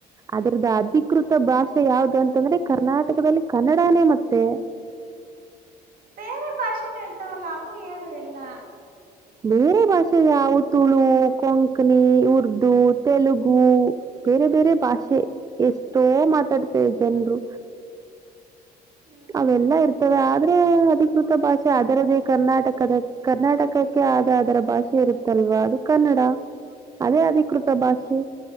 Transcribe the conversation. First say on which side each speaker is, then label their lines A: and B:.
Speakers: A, on the right; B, on the right.
A: ಅದ್ರುದು ಅಧಿಕೃತ ಭಾಷ್ ಷೆ ಯಾವ್ದ್ ಅಂತಂದ್ರೆ ಕರ್ನಾಟಕದಲ್ಲಿ ಕನ್ನಡಾನೇ ಮತ್ತೆ,.
B: ಬೇರೆ ಭಾಷೆನು ಇರ್ತಾವಲ್ಲ ಅವು ಹೇಳು ಎಲ್ಲ.
A: ಬೇರೆ ಭಾಷೆ ಯಾವ ತುಳು, ಕೊಂಕಣಿ, ಉರ್ದು, ತೆಲುಗು ಬೇರೆ ಬೇರೆ ಭಾಷೆ ಎಷ್ಟೋ ಮಾತಾಡ್ತಾರೆ ಜನ್ರು.
B: ಹ್ಮ್
A: ಅವೆಲ್ಲ ಇರ್ತವೆ ಆದ್ರೆ ಅಧಿಕೃತ ಭಾಷ್ ಷೆ ಅದರದೇ ಕರ್ನಾಟಕದ ಕರ್ನಾಟಕಕ್ಕೆ ಆದ ಅದರ ಭಾಷೆ ಇರುತ್ತಲ್ವಾ ಅದು ಕನ್ನಡ ಅದೇ ಅಧಿಕೃತ ಭಾಷೆ.